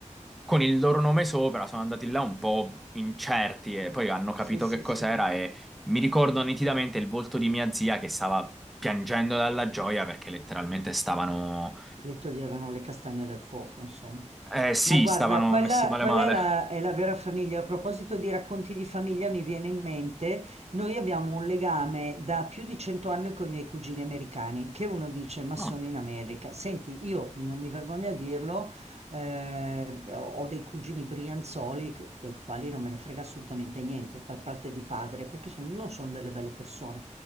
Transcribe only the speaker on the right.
Sì, sì,
sì.
le toglievano le castagne dal fuoco, insomma.
Ma guarda,
quella,
quella
è la, è la vera famiglia. A proposito di racconti di famiglia, mi viene in mente, noi abbiamo un legame da più di cento anni con i miei cugini americani, che uno dice, ma
sono in America. Senti, io non mi vergogno a dirlo, eh, ho ho dei cugini brianzoli, che- dei quali non me ne frega assolutamente niente, per parte di padre, perché son- non sono delle belle persone.